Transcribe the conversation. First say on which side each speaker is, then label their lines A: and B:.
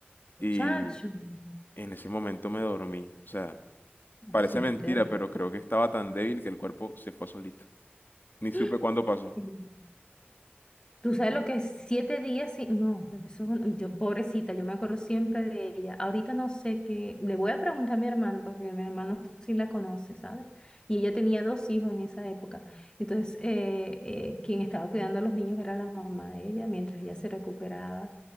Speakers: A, on the left; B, on the left.
A: Muchacho.
B: Y
A: Mm.
B: en ese momento me dormí. O sea, parece
A: Así
B: mentira,
A: es terrible.
B: pero creo que estaba tan débil que el cuerpo se fue solito. Ni supe
A: <gasps>
B: cuándo pasó.
A: Tú sabes lo que es siete días sin... No, eso es un- yo, pobrecita, yo me acuerdo siempre de ella. Ahorita no sé qué. Le voy a preguntar a mi hermano, porque mi hermano sí la conoce, ¿sabes? Y ella tenía dos hijos en esa época. Entonces, eh, eh, quien estaba cuidando a los niños era la mamá de ella, mientras ella se recuperaba.